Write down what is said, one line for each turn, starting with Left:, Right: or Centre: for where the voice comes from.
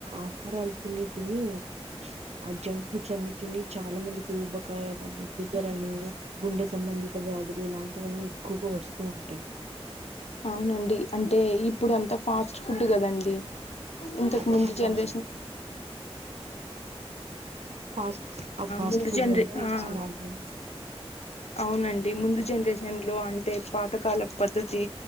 Right: ఆహారాలు తిని. తిని ఆ జంక్ ఫుడ్స్ అన్నీ తిని చాలా మందికి ఊబ్బకాయ షుగర్ అని, గుండె సంబంధిత వ్యాధులు ఇలాంటివన్నీ ఎక్కువగా వస్తూ ఉంటాయి.
Left: అవునండి, అంటే ఇప్పుడు అంత ఫాస్ట్ ఫుడ్ కదండి ఇంతకు
Right: అదే
Left: ముందు
Right: ఆ ఫాస్ట్
Left: జనరేషన్
Right: ఫుడ్ వల్ల ఫాస్ట్ ఆ ఫాస్ట్
Left: ముందు
Right: ఫుడ్
Left: జనరే
Right: వల్ల ఇలా
Left: ఆ!
Right: అలాంటివి
Left: అవునండి, ముందు జనరేషన్ లో అంటే పాతకాల పద్ధతి